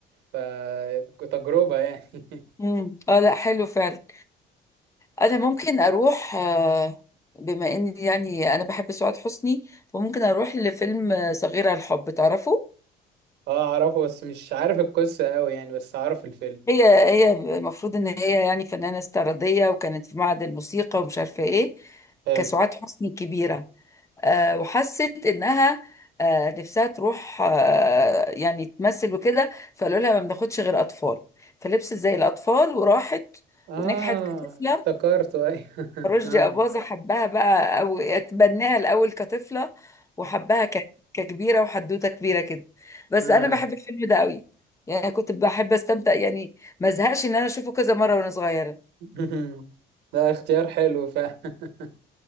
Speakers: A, on the right; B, on the left.
A: فتجربة يعني <laughs>
B: امم اه لا حلو فعلا انا ممكن اروح آه، بما اني يعني انا بحب سعاد حسني فممكن اروح لفيلم آه، صغيرة الحب تعرفه
A: اه اعرفه بس مش عارف القصة قوي يعني بس اعرف الفيلم
B: هي هي المفروض ان هي يعني فنانة استعراضية وكانت في معهد الموسيقى ومش عارفة ايه
A: حلو
B: كسعاد حسني كبيرة آه، وحست انها آه، نفسها تروح آه، يعني تمثل وكده فقالوا لها ما بناخدش غير اطفال فلبست زي الاطفال وراحت
A: اه
B: ونجحت كطفلة
A: افتكرته ايوه <laughs>
B: رشدي
A: اه
B: أباظة حبها بقى أو اتبناها الأول كطفلة وحبها ك- ككبيرة وحدوتة كبيرة كده بس
A: اه
B: أنا بحب الفيلم ده قوي يعني كنت بحب أستمتع يعني ما زهقش إن أنا أشوفه كذا مرة وأنا صغيرة
A: <laughs> ده اختيار حلو فعلا <laughs>